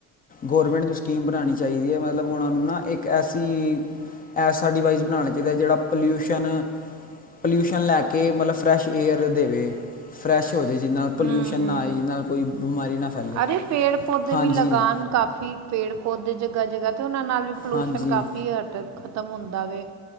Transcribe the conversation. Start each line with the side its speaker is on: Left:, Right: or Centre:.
Left: ਗੌਰਮੈਂਟ ਨੂੰ ਸਕੀਮ ਬਣਾਉਣੀ ਚਾਹੀਦੀ ਹੈ, ਮਤਲਬ ਉਹਨਾਂ ਨੂੰ ਨਾ ਇੱਕ ਐਸੀ ਐਸਾ ਡਿਵਾਈਸ ਬਣਾਉਣਾ ਚਾਹੀ ਜਿਹਦਾ-ਜਿਹੜਾ ਪੋਲਿਊਸ਼ਨ, ਪੋਲਿਊਸ਼ਨ ਲੈ ਕੇ ਮਤਲਬ ਫਰੈਸ਼ ਏਅਰ ਦੇਵੇ ਫਰੈਸ਼ ਹੋ ਜਾਵੇ। ਜਿਹਦੇ ਨਾਲ ਪੋਲਿਊਸ਼ਨ
Right: ਹੂੰ
Left: ਨਾ
Right: ਹੂੰ
Left: ਆਏ ਜਿਹਦੇ ਨਾਲ ਕੋਈ ਬਿਮਾਰੀ ਨਾ ਫੈਲੇ
Right: ਅਰੇ ਪੇੜ ਪੌਦੇ
Left: ਹਾਂਜੀ
Right: ਵੀ ਲਗਾਉਣ ਕਾਫੀ ਪੇੜ ਪੌਦੇ ਜਗਾ ਜਗਾ ਤੇ ਉਹਨਾਂ ਨਾਲ ਵੀ ਪੋਲੂਸ਼ਨ
Left: ਹਾਂਜੀ
Right: ਕਾਫੀ ਹਟ ਖਤਮ ਹੁੰਦਾ ਵੇ